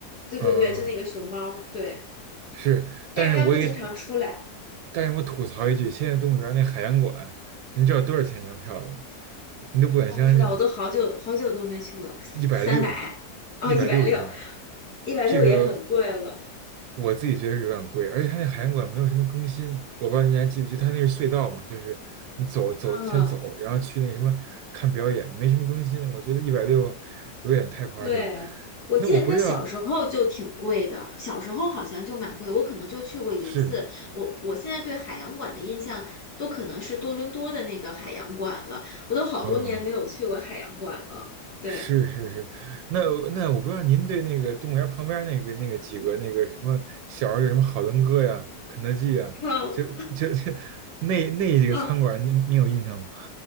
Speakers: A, on the left; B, on the right.
A: 对对对，
B: 嗯、
A: 就那个熊猫，对，
B: 是，但是我也，
A: 但是它不经常出来，
B: 但是我吐槽一句，现在动物园那海洋馆，您知道多少钱一张票吗？你都不敢相信，
A: 我不知道，我都好久好久都没去过，
B: 一百六，
A: 三百，哦，
B: 一百六一张，
A: 一百六，一百六也很贵了，
B: 这个我自己觉得是有点贵，而且它那海洋馆没有什么更新，我不知道你还记不记得，它那个隧道嘛，就是你走走先走，
A: 嗯。
B: 然后去那个什么看表演，没什么更新，我觉得一百六有点太夸张。
A: 对，我记得它小时候就挺贵的，
B: 那我不让，
A: 小时候好像就蛮贵，我可能就去过一次。
B: 是，
A: 我我现在对海洋馆的印象都可能是多伦多的那个海洋馆了，我都好多年没有去过海洋馆了。
B: 哦。
A: 对，
B: 是是是，那那我不知道您对那个动物园旁边那个那个几个那个什么小时候有什么好伦哥呀、肯德基呀，
A: 嗯
B: 就就 <laughs> 那那几个餐馆，
A: 嗯，哦
B: 您您有印象吗？